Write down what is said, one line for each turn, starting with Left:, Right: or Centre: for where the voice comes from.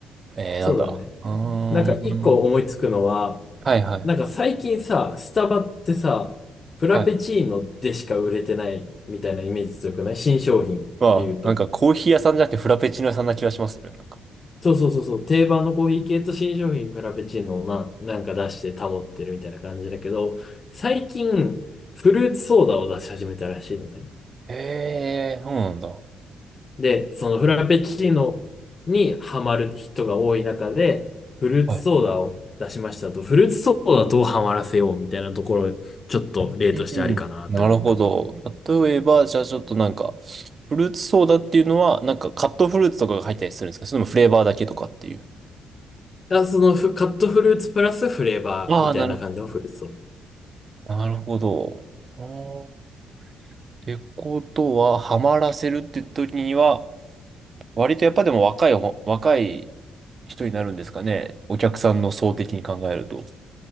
Right: えー、
Left: そうだね。
Right: なんだ。うーん。
Left: なんか一個思いつくのは、
Right: はいはい。
Left: なんか最近さ、スタバってさ、プラペチーノでしか売れてないみたいなイメージ強くない新商品っていうと。
Right: はい。まあ、なんかコーヒー屋さんじゃなくてフラペチーノ屋さんな気がしますよね。なんか。
Left: そうそうそうそう、定番のコーヒー系と新商品フラペチーノをな、なんか出して保ってるみたいな感じだけど、最近フルーツソーダを出し始めたらしいのね。
Right: へえ、そうなんだ。
Left: で、そのフラペチーノにハマる人が多い中で、フルーツソーダを出しましたと、
Right: はい。
Left: フルーツソーダどうハマらせようみたいなところ、ちょっと例としてありかなって思った。
Right: うん。なるほど。
Left: だ
Right: 例えば、じゃあちょっとなんか、フルーツソーダっていうのは、なんかカットフルーツとかが入ったりするんですかそれともフレーバーだけとかっていう。
Left: からそのフカットフルーツプラスフレーバーみたいな感じのフルーツソーダ。
Right: ああ、なるほど。なるほど。あてことは、ハマらせるって時には、割とやっぱでも若いほ、若い人になるんですかね。お客さんの層的に考えると。